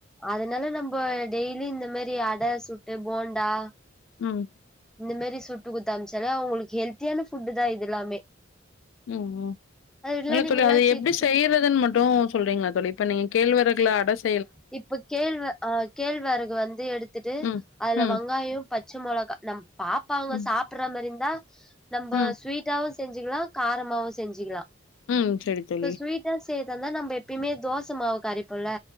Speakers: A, in the centre; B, on the left.
A: அதனால நம்ப டெய்லி இந்த மெரி அட சுட்டு போண்டா
B: ம்
A: இந்த மெரி சுட்டு குடுத்து அனுப்ச்சாலே அவுங்களுக்கு ஹெல்த்தியான ஃபுட்டு தா இது எல்லாமே
B: ம் ம்
A: அது
B: இல்ல
A: நீங்க
B: தோழி
A: எல்லா
B: அது
A: சிப்ஸு
B: எப்டி செய்ய றதுன் மட்டு சொல்றீங்களா தோழி இப்ப நீங்க கேள்வரகுள அட சு
A: இப்ப கேள்வ ஆ கேழ்வரகு வந்து எடுத்துட்டு
B: ம்,
A: அதுல
B: ம்,
A: வங்காயோ பச்ச மொளகா நம் பாப்பாங்க
B: ம்,
A: சாப் பிட்ற மாரி இர்ந்தா நம்ப
B: ம்,
A: ஸ்வீட்டாவு செஞ்சிகலா காரமாவு செஞ்சிகலா
B: ம். சரி தோழி.
A: இப்ப ஸ்வீட்டா செய்யற்தா இர்ந்தா நம்ப எப்பயுமே தோசமாவு கரைப்போல்ல